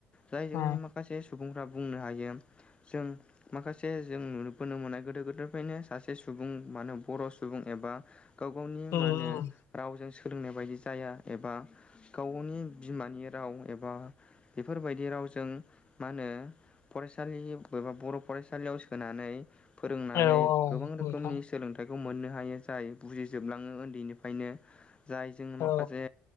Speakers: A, on the left; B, on the left.
A: जाय
B: उम
A: जोंनि माखासे माखासे सुबुंफ्रा बुंनो हायो जों माखासे जों नुबोनो मोननाय गोदो गोदायनिफ्रायनो सासे सुबुं मानो बर' सुबुं एबा गाव गावनि
B: उम
A: मा होनो रावजों सोलोंनाय बायदि जाया एबा गाव गावनि बिमानि राव एबा बेफोरबायदि रावजों मा होनो फरायसालि एबा बर' फरायसालियाव सोनानै फोरोंनानै
B: औ
A: गोबां रोखोमनि
B: नोंथां
A: सोलोंथ फेथाइखौ मोननो हायो जाय बुजिजोबलाङो उन्दैनिफ्रायनो जाय जों
B: औ
A: माखासे